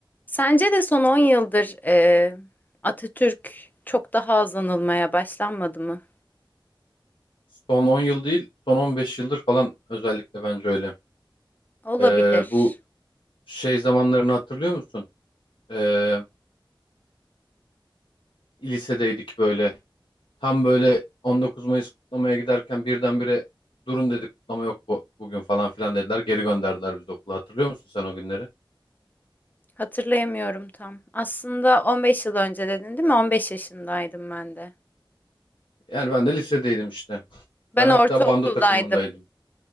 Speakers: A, on the left (about 20°); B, on the left (about 70°).
A: Sence de son 10 yıldır e, Atatürk çok daha az anılmaya başlanmadı mı?
B: Son 10 yıl değil, son 15 yıldır falan özellikle bence öyle.
A: Olabilir.
B: Ee, bu şey zamanlarını hatırlıyor musun? Ee, lisedeydik böyle. Tam böyle 19 Mayıs kutlamaya giderken birdenbire durun dedi kutlama yok bu, bugün falan filan dediler. Geri gönderdiler bizi okula. Hatırlıyor musun sen o günleri?
A: Hatırlayamıyorum tam. Aslında 15 yıl önce dedin değil mi? 15 yaşındaydım ben de.
B: Yani ben de lisedeydim işte.
A: Ben
B: Ben hatta
A: ortaokuldaydım.
B: bando takımındaydım.